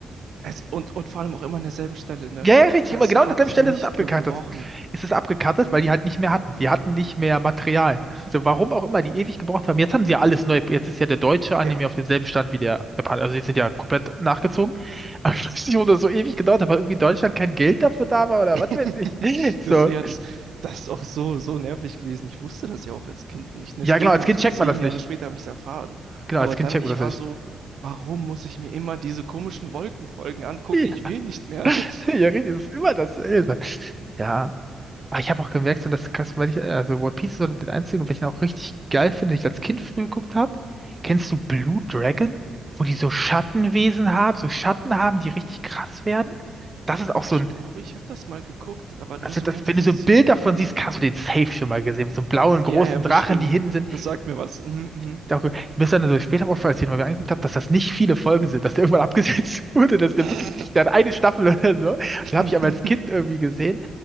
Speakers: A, on the right (about 65°); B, on the right (about 15°).
A: Es, und, und vor allem auch immer an derselben Stelle, ne?
B: Ja, ja, richtig,
A: Das
B: immer genau an
A: hat
B: derselben Stelle
A: mich
B: ist es abgekattet.
A: gebrochen.
B: Es ist abgekattet, weil die halt nicht mehr hatten. Die hatten nicht mehr Material. So, warum auch immer, die ewig gebraucht haben. Jetzt haben sie ja alles neu. Jetzt ist ja der deutsche Anime
A: Ja,
B: auf demselben Stand wie der Japaner. Also die sind ja komplett nachgezogen. <laughs> Aber
A: ja,
B: ich weiß
A: ja.
B: nicht, wo das so ewig gedauert hat, weil irgendwie in Deutschland kein Geld dafür da war oder
A: <laughs>
B: was weiß ich. <laughs> So.
A: Das, ja, das, das ist auch so, so nervig gewesen. Ich wusste das ja auch als Kind nicht. Ne?
B: Ja,
A: Später,
B: genau, als Kind
A: so
B: checkt
A: zehn
B: man das nicht.
A: Jahre später habe ich es erfahren.
B: Genau,
A: Aber
B: als Kind
A: dann,
B: checkt
A: ich
B: man das
A: war
B: nicht.
A: so, warum muss ich mir immer diese komischen Wolkenfolgen angucken?
B: <laughs>
A: Ich will nicht mehr. <laughs>
B: Ja, richtig, es ist immer dasselbe. Ja. Aber ich habe auch gemerkt, so dass krass, weil ich, also One Piece ist so den einzigen, welchen ich auch richtig geil finde, den ich als Kind früh geguckt habe. Kennst du Blue Dragon? Wo die so Schattenwesen haben, so Schatten haben, die richtig krass werden? Das ist auch
A: Aber
B: so
A: ich
B: ein,
A: glaube, ich habe das mal geguckt, aber
B: also
A: nur so
B: das,
A: ganz
B: wenn
A: bisschen.
B: du so ein Bild davon siehst, hast du den safe schon mal gesehen, mit so einem blauen großen
A: Ja, ja,
B: Drachen,
A: bestimmt.
B: die hinten sind.
A: Das sagt mir was. Mhm,
B: Ich dachte, mir ist dann so später auch erzählen, weil wir angeguckt haben, dass das nicht viele Folgen sind, dass der irgendwann <laughs> abgesetzt wurde, dass
A: mhm.
B: der wirklich nicht, der hat eine Staffel oder so.
A: <laughs>
B: Das habe ich aber als Kind irgendwie gesehen.